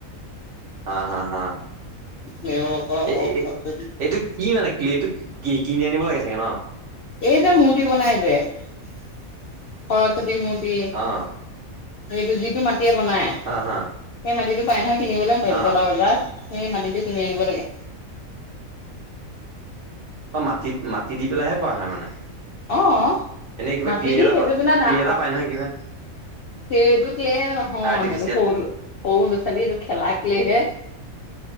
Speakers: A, on the right; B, on the left.
A: হা হা হা।
B: ক্লে ৱৰ্কৰ
A: এ
B: ৱৰ্কশ্বপটো দিম।
A: এইটো কি মানে? কি এইটো কি কিনি আনিব লাগে চাগে ন?
B: এই যে মূৰ্তি বনাই যে সৰস্বতী মূৰ্তি। মূৰ্তি
A: অ
B: সেইটো দি কে বনাই
A: হা হা
B: সেই মাটিতো পাই নহয় কিনিবলে বেলতলা
A: অ
B: বজাৰত। সেই মাটিটো কিনি আনিব লাগে।
A: অ মাটি মাটি দি পেলাইহে কৰা হয় মানে?
B: অঁ
A: এনেই কিবা
B: মাতিবি
A: ক্লে
B: দি
A: এটা
B: সেইটো
A: পা-
B: বনাই
A: ক্লে এটা পায় নহয় কিবা
B: সেইটো লে নহয়
A: আৰ্টিফিচিয়েল
B: সেইটো সৰু সৰু লৰা ছোৱালীয়ে সেইটো খেলাকলে হে।